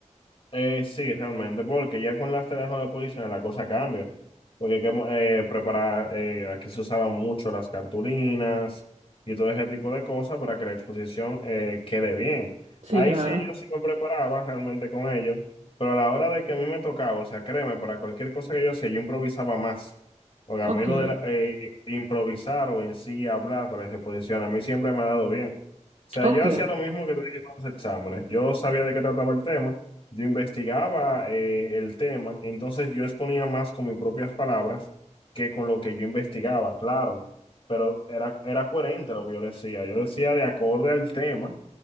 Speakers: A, on the left; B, on the right.
A: Eh, sí, realmente, porque ya con las telas de la posición la cosa cambia. Porque hay que eh, preparar, eh, aquí se usaban mucho las cartulinas y todo ese tipo de cosas para que la exposición eh, quede bien.
B: Sí,
A: Ahí
B: claro.
A: sí yo sí me preparaba realmente con ello, pero a la hora de que a mí me tocaba, o sea, créeme, para cualquier cosa que yo hacía, yo improvisaba más. Porque a
B: Ok,
A: mí lo de la- eh, improvisar o en sí hablar para esa exposición, a mí siempre me ha dado bien. O sea,
B: ok.
A: yo hacía lo mismo que te dije con los exámenes. Yo sabía de qué trataba el tema. Yo investigaba eh, el tema, entonces yo exponía más con mis propias palabras que con lo que yo investigaba, claro, pero era, era coherente lo que yo decía. Yo decía de acorde al tema,